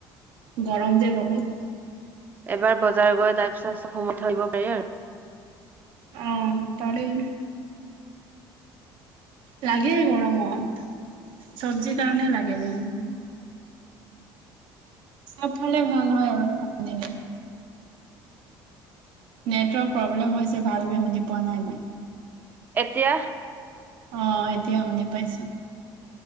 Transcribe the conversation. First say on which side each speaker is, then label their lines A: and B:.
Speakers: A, on the right; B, on the right.
A: গৰম যে বহুত।
B: এবাৰ বজাৰ গৈ, তাৰ পিছত চব সোমত থ আহিব পাৰি আৰু।
A: অ', পাৰি। লাগে গৰমত, চবজিৰ কাৰণে লাগে। উম্, চবফালে ভাল হয় আৰু আনিলে। নেটৱৰ্ক প্ৰব্লেম হৈছে, ভালকে শুনি পোৱা নাই মই।
B: এতিয়া।
A: অ', এতিয়া শুনি পাইছোঁ।